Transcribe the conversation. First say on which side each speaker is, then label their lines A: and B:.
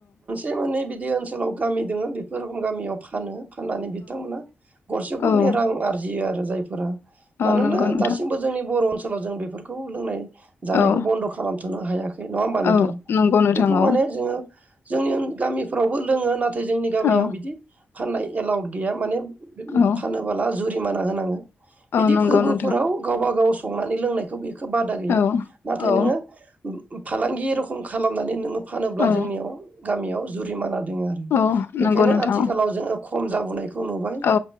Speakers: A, on the right; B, on the left.
A: ब मोननै बिदि ओनसोलाव गामि दोङो बेफोर रोखोम गामियाव फानो फाननानै बिथांमोना गरसे गरनै
B: औ
A: रां आरजियो आरो जायफोरा
B: औ
A: मानोना
B: नंगौ नोंथां
A: दासिमबो जोंनि बर' ओनसोलाव जों बेफोरखौ लोंनाय जानायखौ
B: औ
A: बन्द' खालाम थ'नो हायाखै नङा हबा नोंथां
B: औ नंगौ नोंथां
A: बेखौ
B: औ
A: माने जोङो जोंनि गामिफ्रावबो लोङो ना थाय जोंनि गामियाव
B: औ
A: बिदि फाननाय एलाउद गैया माने
B: औ
A: फानबोला जुरिमाना होनाङो बिदि
B: औ नंगौ
A: फोरबोफोराव
B: नोंथां
A: गावबा गाव संनानै लोंनायखौ बेखो बादा गैया
B: औ
A: नाथाय
B: औ
A: नोङो फालांगि रखम खालामनानै नोङो फानोब्ला
B: औ
A: जोंनियाव गामियाव जुरिमाना दङो आरो
B: औ
A: बेखायनो
B: नंगौ नोंथां
A: आथिखालाव जोङो खम जाबोनायखौ नुबाय
B: औ